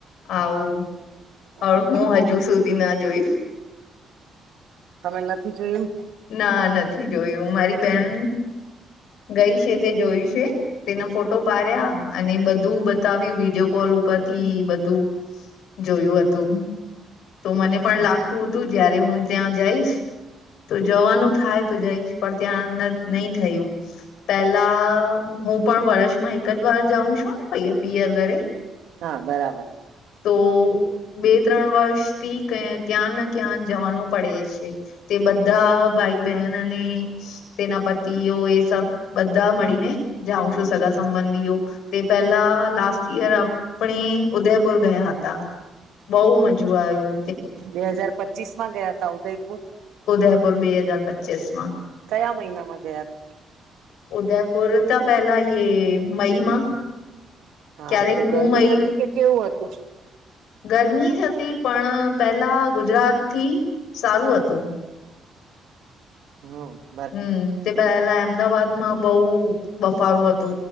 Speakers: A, on the left; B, on the right.
A: આવું
B: હમ
A: હું હજુ સુધી ના જોયું.
B: તમે નથી જોયું?
A: ના નથી જોયું મારી બેહેન ગઈ છે તે જોયું છે. તેના ફોટો પાડ્યા અને બધું બતાવ્યું વિડીયો કોલ ઉપરથી બધું જોયું હતું તો મને પણ
B: હમ.
A: લાગતું હતું જયારે હું ત્યાં જઈશ તો જવાનું થાય તો જઈશ પણ ત્યાં નહી થયું. પેલા હું પણ વર્ષમાં એક જ વાર જાઉં છું ને પિ પિયર ઘરે
B: હા બરાબર
A: તો બે ત્રણ વર્ષ થી ક્યાં ના ક્યાં જવાનું પડે છે? તે બધા ભાઈ બહેન અને તેના પતિઓ એ સબ બધા મળીને જાઉં છું સગા સંબંધીઓ તે પેલા લાસ્ટ યર આપણે ઉદયપુર ગયા હતા. બઉ મજું આયુ.
B: બે હજાર પચીસ માં ગયા તા ઉદયપુર?
A: ઉદયપુર બે હજાર પચીસ માં
B: કયા મહિનામાં ગયા હતા
A: ઉદયપુર તા પેલા મઈ માં
B: હા
A: ક્યારેક
B: તો
A: હું
B: ગરમી
A: મઈ
B: હતી કે કેવું હતું?
A: ગરમી જ હતી પણ પેલા ગુજરાત થી સારું હતું.
B: હમ
A: હમ તે પેલા અમદાવાદમાં બહુ બફારો હતો.